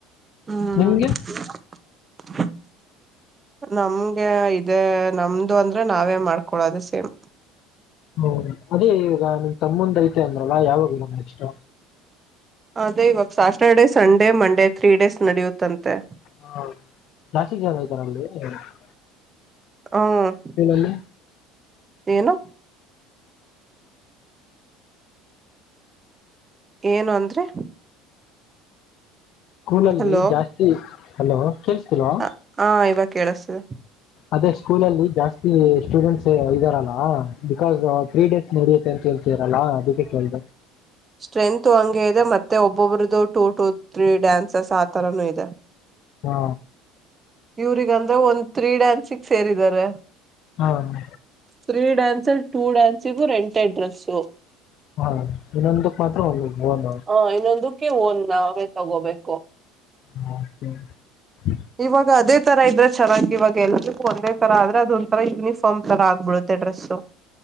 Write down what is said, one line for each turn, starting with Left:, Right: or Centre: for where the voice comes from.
Right: ಹ್ಮ್
Left: ನಿಮ್ಗೆ
Right: <inaudible> ನಮ್ಗೆ ಇದೇ ನಮ್ದು ಅಂದ್ರೆ ನಾವೇ ಮಾಡ್ಕೊಳೋದು ಸೇಮ್.
Left: ಹ್ಮು ಅದೇ ಈವಗ ನಿಮ್ ತಮ್ಮಂದ ಐತೆ ಅಂದ್ರಲ್ಲ ಯಾವಾಗಿದೆ ನೆಕ್ಸ್ಟ್.
Right: ಅದೇ ಇವಾಗ Saturday, Sunday, Monday three days ನಡೆಯುತ್ತಂತೆ.
Left: ಹಾ ಜಾಸ್ತಿ ಜನ <unintelligible>
Right: ಅ ಊ.
Left: ನಿಮ್ಮಲ್ಲಿ
Right: ಏನು ಏನು ಅಂದ್ರಿ.
Left: ಸ್ಕೂಲ್ ಅಲ್ಲಿ
Right: ಹಲೋ
Left: ಜಾಸ್ತಿ ಹಲೋ ಕೇಳಸ್ತಿಲ್ವಾ.
Right: ಹ ಇವಾಗ ಕೇಳಿಸ್ತಿದೆ
Left: ಅದೇ ಸ್ಕೂಲ ಅಲ್ಲಿ ಜಾಸ್ತಿ ಸ್ಟೂಡೆಂಟ್ಸ್ ಇದ್ದಾರಲ್ಲ ಬಿಕಾಸ್ ತ್ರೀ ಡೇಸ್ ನಡಿಯತ್ತೆ ಅಂತ ಹೇಳ್ತಿರಲ್ಲಾ ಅದಕ್ಕೆ ಕೇಳ್ದೆ.
Right: ಸ್ಟ್ರೆಂತು ಹಂಗೆ ಇದೆ ಮತ್ತೆ ಒಬ್ಬೊಬ್ರದು ಟು, ಟು, ತ್ರೀ ಡ್ಯಾನ್ಸ್ಸ್ ಆ ತರನು ಇದೆ.
Left: ಹಾ
Right: ಇವ್ರಗ ಅಂದ್ರೆ ಒಂದ್ ತ್ರೀ ಡ್ಯಾನ್ಸಿಗೆ ಸೇರಿದ್ದಾರೆ.
Left: ಹೌದು
Right: ತ್ರೀ ಡ್ಯಾನ್ಸ್ ಟೂ ಡ್ಯಾನ್ಸಿಗು ರೆಂಟೆ ಡ್ರೆಸ್ಸು.
Left: ಹಾ ಇನ್ನೊಂದಕ್ ಮಾತ್ರ ಒ ಬೋನ್.
Right: ಹಾ ಇನ್ನೊಂದು ಕ್ಕೆ ಒಂದ್ ನಾವೇ ತಗೋಬೇಕು.
Left: ಹಾ ಸ
Right: ಇವಾಗ ಅದೇ ತರ ಇದ್ರೆ ಚೆನ್ನಾಗಿ ಇವಾಗ ಎಲ್ರಿಗೂ ಒಂದೇ ತರ ಆದ್ರೆ ಅದೊಂತರ ಯೂನಿಫಾರ್ಮ್ ತರ ಆಗ್ಬಿಡುತ್ತ ತ್ತೆ ಡ್ರೆಸ್ಸು.